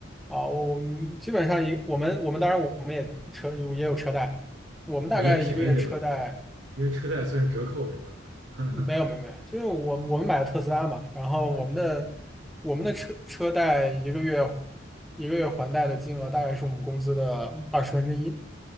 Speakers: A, in the centre; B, on the right.
A: 啊、我们基本上一我们我们当然我们也车有也有车贷，我们大概一个月车贷
B: 哦，因为便宜对吧？因为车贷算是折扣是吧？<laughs>
A: 没有没有没有，就是我我们买了特斯拉嘛，然后我们的我们的车车贷一个月一个月还贷的金额大概是我们工资的二十分之一。